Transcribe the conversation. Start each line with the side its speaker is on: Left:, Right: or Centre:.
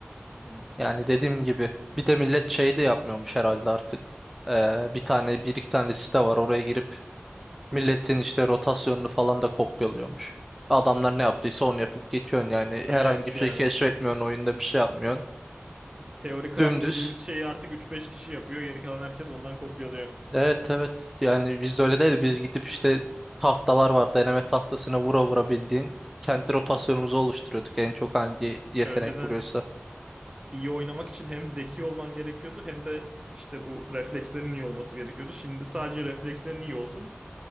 Right: Hı.
Centre: Yani dediğim gibi bir de millet şey de yapmıyormuş herhalde artık. Ee, bir tane bir iki tane site var oraya girip milletin işte rotasyonunu falan da kopyalıyormuş. Adamlar ne yaptıysa onu yapıp geçiyorsun yani herhangi
Right: Evet
Centre: bir şey
Right: yani.
Centre: keşfetmiyorsun oyunda bir şey yapmıyorsun.
Right: Teori craft
Centre: Dümdüz.
Right: dediğimiz şeyi artık üç beş kişi yapıyor. Geri kalan herkes ondan kopyalıyor.
Centre: Evet evet yani bizde öyle değil biz gidip işte tahtalar var deneme tahtasına vura vura bildiğin kendi rotasyonumuzu
Right: Evet.
Centre: oluşturuyorduk en çok hangi yetenek
Right: Önceden
Centre: vuruyorsa.
Right: iyi oynamak için hem zeki olman gerekiyordu hem de işte bu reflekslerin iyi olması gerekiyordu. Şimdi sadece reflekslerin iyi olsun.